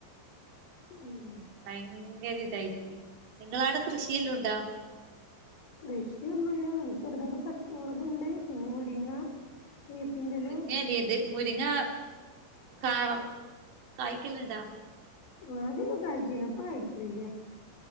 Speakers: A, on the left; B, on the right.
A: ഉം
B: ഭയങ്കര ഇതായി പോയി നിങ്ങളടെ കൃഷിയെല്ലാം ഉണ്ടോ
A: കൃഷിയൊന്നുല്ല പിന്നെ ചെറുതായിട്ട് പച്ചമുളകുണ്ട് പിന്നെ മുരിങ്ങ വേപ്പിന്റെല
B: മുരിങ്ങഎല ഇണ്ട് മുരിങ്ങ കാ കായ്ക്കു ന്നുണ്ടാ
A: ആദ്യം ഒക്കെ കായ്ച്ചീന്ന് ഇപ്പം കായ്ക്കലുല്ല